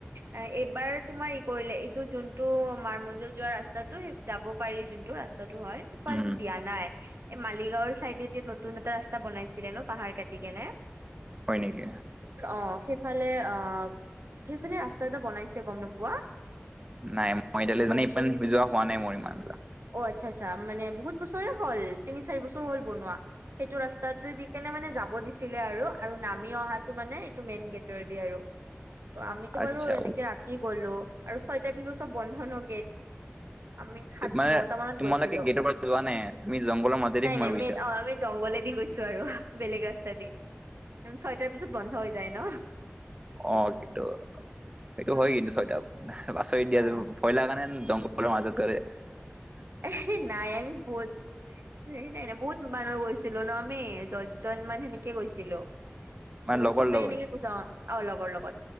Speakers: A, on the right; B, on the right.
A: এ এইবাৰ তোমাৰ ই কৰিলে এইটো যোনটো মাৰ মন্দিৰত যোৱা ৰাস্তাতটো যাব পাৰি যোনটো ৰাস্তা টো হয় ইফালেদি
B: উম
A: দিয়া নাই। এই মালিগাঁওৰ চাইডে যে নতুন এটা ৰাস্তা বনাইছিলে ন পাহাৰ কাটি কেনে
B: হয় নেকি
A: অ সেইফালে আহ সেইফালে ৰাস্তা এটা বনাইছে গম নোপোৱা।
B: নাই মই এতিয়ালৈ
A: নতুন
B: মানে ইপমান যোৱা হোৱা নাই মোৰ ইমান
A: অ আচ্ছা আচ্ছা মানে বহুত বছৰে হ'ল তিনি চাৰি বছৰ হ'ল বনোৱা সেইটো ৰাস্তাত দি কেনে মানে যাব দি ছিলে আৰু আৰু নামি অহাটো মানে এইটো মেইন গেটৰেদি আৰু ত আমিতো
B: আচ্ছা
A: বাৰো এনেকে ৰাতি গলো আৰু ছয়টাৰ পিছত চব বন্ধ ন গেত আমি সাত
B: মানে
A: নটা মানত
B: তোমালোকে
A: গৈছিলো
B: গেটৰ পৰা যোৱা নাই তুমি জংঘলৰ মাজেদি
A: নাই
B: সোমাই
A: নাই
B: গৈছা
A: মেইন অ আমি জংঘলে দি গৈছো আৰু বেলেগ ৰাস্তা দি ছয়টাৰ পিছত বন্ধ হৈ যায় ন
B: অ কিন্তু সেইটো
A: অ
B: হয় কিন্তু ছয়টা, পচৰিত দিয়া
A: অ
B: জানো ভয় লগা জংঘল বল মাজতেৰে <unintelligible>
A: এ নাই আমি বল নাই নাই বহুত মানুহ গৈছিলো ন মে দহজন মান সেনেকে গৈছিলো
B: মানে
A: ত
B: লগৰ
A: চবে
B: লগত
A: এনেকে কৈছা অ লগৰ লগত